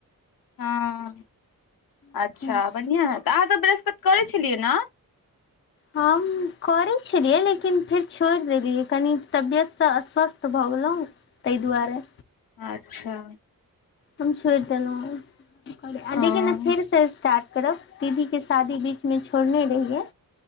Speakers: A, on the left; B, on the left.
A: हँ
B: छी
A: अच्छा बधि आ ह तऽ अहाँ तऽ बृहस्पति करै छलियै ने
B: हम करैत छलियै लेकिन फेर छोड़ देलियै कनि तबियतसँ अस्वस्थ भऽ गेलहुँ तहि दुआरे
A: अच्छा
B: हम छोड़ देलहुँं लेकिन
A: ओ
B: फेर
A: हूं
B: से स्टार्ट करब दीदी के शादी नहि छोड़ने रहियै।